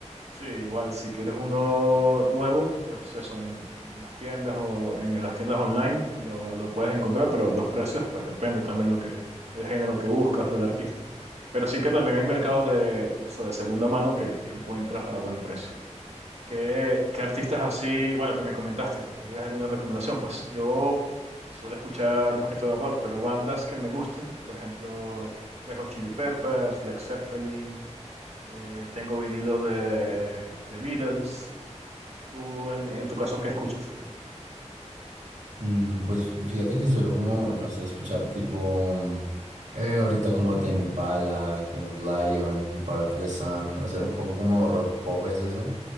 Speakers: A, on the right; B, on the right.
A: Sí, igual, si quieres uno nuevo, pues eso, en, en las tiendas o en las tiendas online lo, lo puedes encontrar, pero los precios, pues depende también lo que, el género que buscas o el artista. Pero sí que también hay mercados de, de eso, de segunda mano que, que encuentras a buen precio. ¿Qué, qué artistas así, bueno, que me comentaste que querías alguna recomendación? Pues yo suelo escuchar más que todo rock, pero bandas que me gusten, por ejemplo, Red Hot Chili Peppers, Led Zeppelin, eh, tengo vinilos de, de Beatles. Tú, en, en tu caso, ¿qué escuchas? Que,
B: Mm, pues fíjate que suelo como, no sé, escuchar tipo, eh, ahorita como Tame Impala, King of Lion, Part of the Sun, o sea, un poco como rock pop es eso,